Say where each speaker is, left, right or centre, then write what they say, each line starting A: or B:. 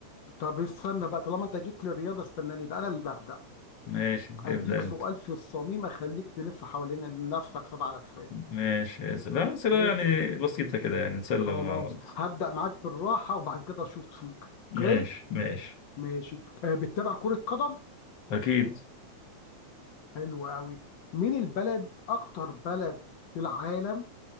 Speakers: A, on the left; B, on the left.
A: طب استنى بقى طالما انت جيت للرياضه استناني بقى انا اللي هبدا
B: ماشي
A: اديك
B: ابدأ انت
A: سؤال في الصميم اخليك تلف حوالين نفسك سبع لفات
B: ماشي يا سلام. لا أسئلة
A: ماشي
B: يعني بسيطة كده يعني نسلم
A: خلاص
B: مع بعض
A: هبدا معاك بالراحه وبعد كده اشوف فيك
B: ماشي
A: اوكي
B: ماشي
A: ماشي آه بتتابع كره قدم
B: أكيد
A: حلو قوي مين البلد اكتر بلد في العالم